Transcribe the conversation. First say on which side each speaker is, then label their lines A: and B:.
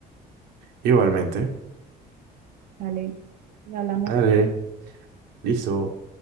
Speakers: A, on the right; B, on the right.
A: Igualmente,
B: Dale, nos hablamos.
A: vale, listo.